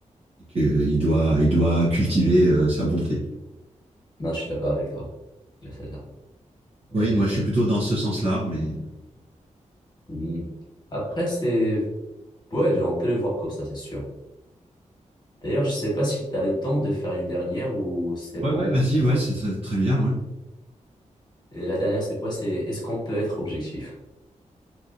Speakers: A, on the right; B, on the left.
A: et qu'il doit, il doit cultiver euh, sa bonté.
B: Non, je suis d'accord avec toi. Il y a celle-là.
A: Oui,
B: Euh,
A: moi, je suis plutôt dans ce sens-là, mais.
B: hmm. Après, c'est... Ouais, on peut le voir comme ça, c'est sûr. D'ailleurs, je sais pas si tu as le temps de faire une dernière ou c'est
A: Ouais,
B: bon.
A: ouais, vas-y, ouais, c'est très, très bien, ouais.
B: Et la dernière, c'est quoi? C'est est-ce qu'on peut être objectif?